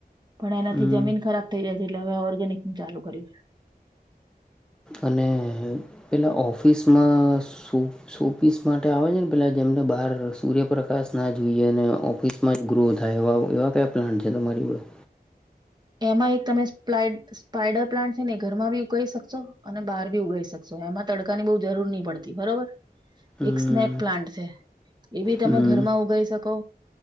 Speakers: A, on the right (about 25°); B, in the centre.
A: પણ એનાથી
B: હમ
A: જમીન ખરાબ થઈ જાય છે એટલે હવે ઓર્ગેનિક નું ચાલુ કર્યું છે
B: અને પેલા ઓફિસમાં શો શોફીસ માટે આવે છે ને પેલાં જેમને બહાર સૂર્યપ્રકાશ ના જોઈએ અને ઓફિસ માં જ ગ્રો થાય એવા એવા કયા પ્લાન્ટ છે તમારી જોડ
A: એમાં એક તમે સ્પ સ્પાઈડર પ્લાન્ટ છે ને ઘરમાં બી ઉકા શકશો અને બહાર ભી ઉગાવી શકશો એમાં તડકા ની બહુ જરૂર નહી પડતી બરોબર
B: હમ
A: એક સ્નેક પ્લાન્ટ છે એ બી તમે
B: હમ
A: ઘરમાં ઉગાઈ શકો